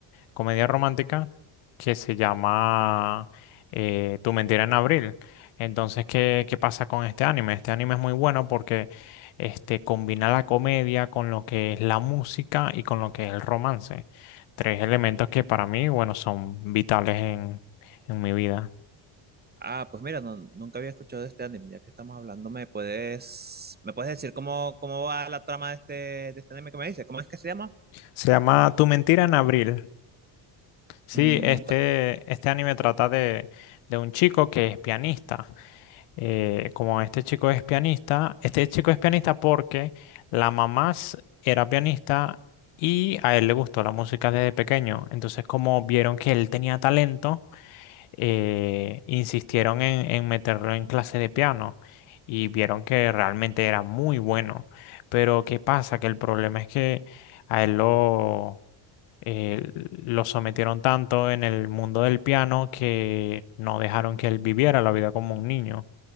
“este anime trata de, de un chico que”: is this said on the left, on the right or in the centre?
Left